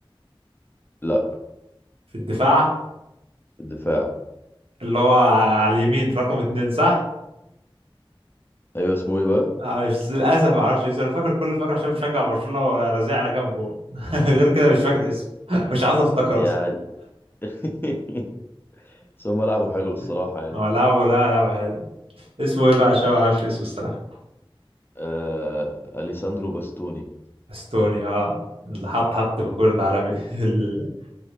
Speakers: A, on the left (about 20°); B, on the right (about 80°).
A: لا
B: في الدفاع
A: الدفاع
B: اللي هو على اليمين رقم اتنين صح
A: ايوه اسمه ايه بقى
B: آه، مش للاسف ما اعرفش اسمه انا فاكر كل الفاكر عشان بشجع برشلونه ورزع انا كام جول <laughs> غير كده مش فاكر اسمه مش عايز افتكر
A: يعني
B: اصلا
A: <laughs> سو ملعبه حلو الصراحه
B: <laughs>
A: يعني
B: هو لعبه لا لا حلو اسمه ايه بقى عشان ما اعرفش اسمه الصراحه
A: آه... اليساندرو باستوني
B: استوني اه اللي حط حط باكورد عالمي <laughs> ال-